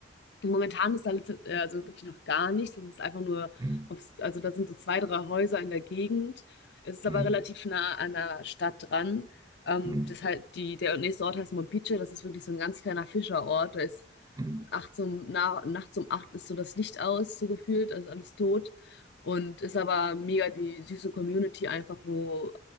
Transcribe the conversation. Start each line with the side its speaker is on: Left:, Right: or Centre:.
Left: Momentan ist da letzt- äh, also wirklich noch gar nichts. Das ist einfach nur
Right: Mhm.
Left: aufs, also da sind so zwei, drei Häuser in der Gegend. Es ist aber
Right: Mhm.
Left: relativ nah an der Stadt dran. Ähm,
Right: Mhm.
Left: das halt, die, der nächste Ort heißt Mompiche, das ist wirklich so ein ganz kleiner Fischerort. Da ist
Right: Mhm.
Left: acht um, na, nachts um acht ist so das Licht aus, so gefühlt, also alles tot. Und ist aber mega die süße Community einfach, wo